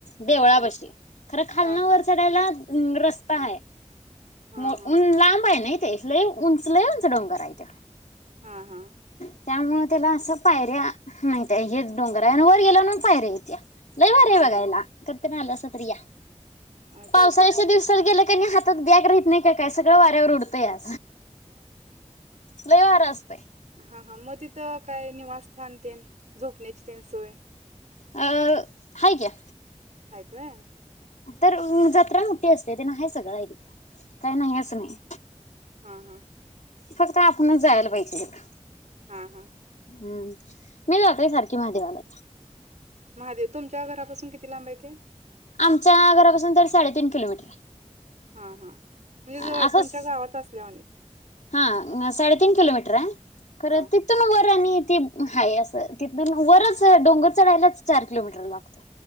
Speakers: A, on the left (about 85°); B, on the right (about 75°).
A: देवळापाशी
B: हां,
A: खरं खालनं
B: हां, हां,
A: वर चढायला हम् रस्ता हाय
B: हां,
A: न
B: हां,
A: लांब हाय नाही लय उंच उंच डोंगर हाय तो
B: हा हा
A: त्त्यामुळ त्याला असं पायऱ्या मातय हेच डोंगर आहे आणि वर गेला म्हणून पायर हाय त्या लय भारी
B: हां,
A: बघायला.
B: हां.
A: पण आलास तर या
B: अ,
A: पावसाळ्याच्या
B: चालते की
A: दिवसात
B: ये की.
A: गेलं क नाही हात आ बॅग राहत नाही काय सगळं वाऱ्यावर उडतंया लय भारी असतं.
B: हा हा म तिथं काय निवासस्थान तीन झोपण्याची तिन सोय
A: अ हाय क्या
B: हाय <unintelligible>
A: तर जत्रा मोठी असते ते ना आहे सगळं. नाही नाही असं नाही
B: हा हा
A: फक्त आपणच जायला पाहिजे तिथ
B: हा हा
A: हम्म मी लावते सारखी महादेवाला
B: महादेव तुमच्या घरापासून किती लांब आहे ते?
A: आमच्या घरापासून तरी साडेतीन किलोमीटर.
B: हा हा म्हणजे
A: हाय
B: जवळच
A: असंच
B: तुमच्या गावात असल्या वाणी
A: हा साडे तीन किलोमीटर खरं
B: हा
A: तिथ <unintelligible> आणि हाय अस तिथ वरच डोंगर चढायलाच चार किलोमीटर लागत